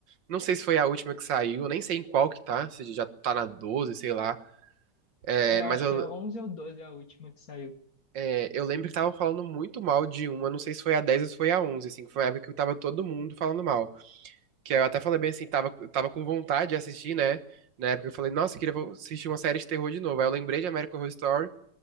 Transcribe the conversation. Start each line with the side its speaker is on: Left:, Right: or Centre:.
Right: Não sei se foi a última que saiu, nem sei em qual que tá, se já tá na 12, sei lá. É,
Left: é, eu
Right: mas
Left: acho
Right: eu,
Left: que é 11 ou 12 a última que saiu.
Right: é, eu lembro que estavam falando muito mal de uma, não sei se foi a 10 ou se foi a 11, assim, que foi a época que tava todo mundo falando mal. Que eu até falei bem assim, tava, eu tava com vontade de assistir, né? Na época eu falei, nossa, eu queria vo- assistir uma série de terror de novo. Aí eu lembrei de American Horror Story.